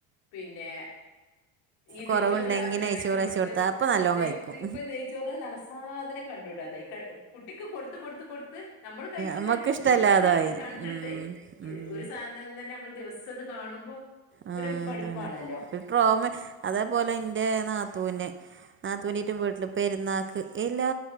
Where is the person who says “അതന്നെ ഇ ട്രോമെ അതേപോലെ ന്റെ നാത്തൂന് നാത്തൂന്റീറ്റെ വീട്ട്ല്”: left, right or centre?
Right